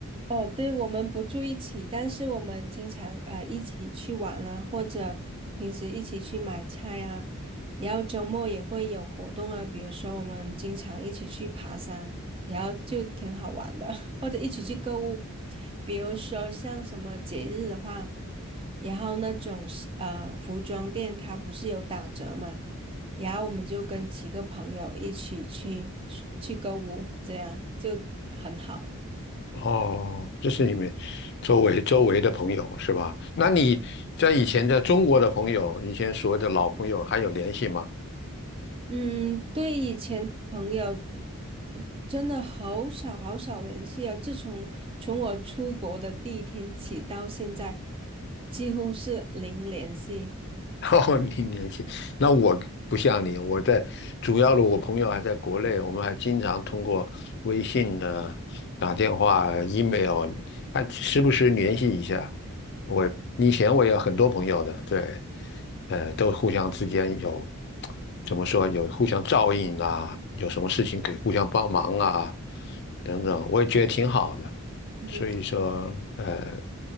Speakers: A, on the right; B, on the left.
A: 哦，对，我们不住一起，但是我们经常呃一起去玩啊，或者平时一起去买菜啊，然后周末也会有活动啊，比如说我们经常一起去爬山，然后就挺好玩的，<laughs> 或者一起去购物，比如说像什么节日的话，然后那种是呃服装店它不是有打折嘛，然后我们就跟几个朋友一起去去购物，这样就很好。
B: 哦，这是你们周围周围的朋友是吧？那你在以前在中国的朋友，以前所谓的老朋友还有联系吗？
A: 嗯，对以前的朋友真的好少好少联系啊。自从从我出国的第一天起到现在，几乎是零联系。
B: <laughs> 哦，你联系那我不像你，我在主要的我朋友还在国内，我们还经常通过微信的、打电话、email，还时不时联系一下。我以前我也有很多朋友的，对，呃，都互相之间有怎么说，有互相照应啊，有什么事情可以互相帮忙啊，等等，我也觉得挺好的。
A: 嗯，
B: 所以说，呃，